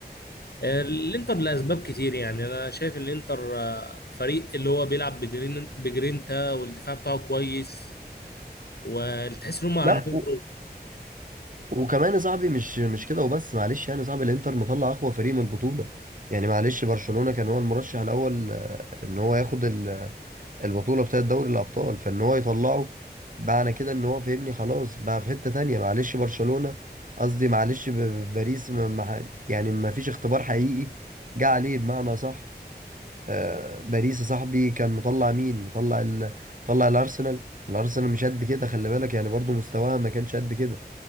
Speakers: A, on the left (about 70°); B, on the right (about 50°).
A: آه، الانتر لاسباب كتير يعني انا شايف ان الانتر آه، فريق اللي هو بيلعب بجرين بجرينتا والدفاع بتاعه كويس وتحس ان هم عندهم
B: لا و... وكمان يا صاحبي مش مش كده وبس معلش يعني يا صاحبي الانتر مطلع اقوى فريق من البطوله يعني معلش برشلونه كان هو المرشح الاول آه، ان هو ياخد ال... البطوله بتاعه دوري الابطال فان هو يطلعه معنى كده ان هو فهمني خلاص بقى في حته تانية معلش برشلونه قصدي معلش ب... ب- باريس ما... ما... ح- يعني ما فيش اختبار حقيقي جه عليه بمعنى صح آه، باريس يا صاحبي كان مطلع مين مطلع ال... مطلع الارسنال الارسنال مش قد كده خلي بالك يعني برضو مستواها ما كانش قد كده